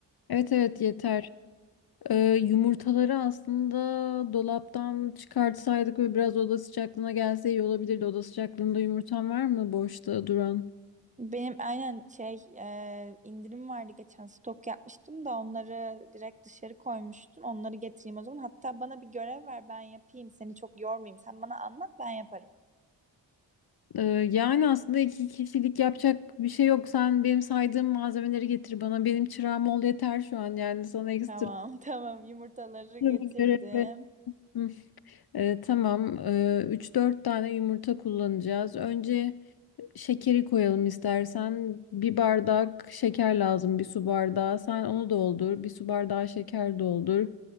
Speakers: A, on the left; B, on the right.
A: Evet evet yeter. Ee, yumurtaları aslında dolaptan çıkartsaydık ve biraz oda sıcaklığına gelse iyi olabilirdi. Oda sıcaklığında yumurtan var mı boşta duran?
B: Benim aynen şey e, indirim vardı geçen stok yapmıştım da onları direkt dışarı koymuştum. Onları getireyim o zaman. Hatta bana bir görev ver ben yapayım. Seni çok yormayayım. Sen bana anlat ben yaparım.
A: Ee, yani aslında iki kişilik yapacak bir şey yok. Sen benim saydığım malzemeleri getir bana. Benim çırağım ol yeter şu an. Yani sana ekstra
B: Tamam <laughs> tamam yumurtaları getirdim.
A: bir görev. Hı. Ee, tamam. Ee, 3-4 tane yumurta kullanacağız. Önce Şekeri koyalım istersen. Bir bardak şeker lazım, bir su bardağı. Sen onu doldur, bir su bardağı şeker doldur.